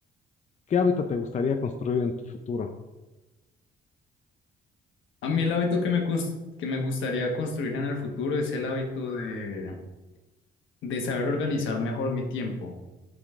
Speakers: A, on the left; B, on the left.
A: ¿qué hábito te gustaría construir en tu futuro?
B: A mí el hábito que me, cons- que me gustaría construir en el futuro es el hábito de, de saber organizar mejor mi tiempo.